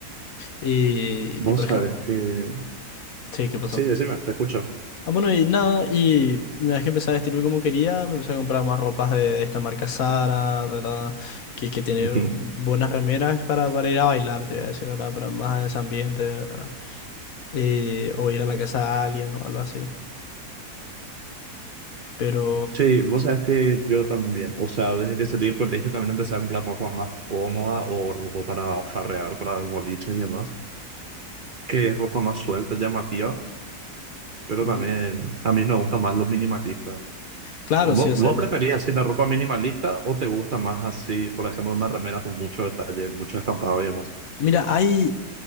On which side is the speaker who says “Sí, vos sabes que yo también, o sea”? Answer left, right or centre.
Right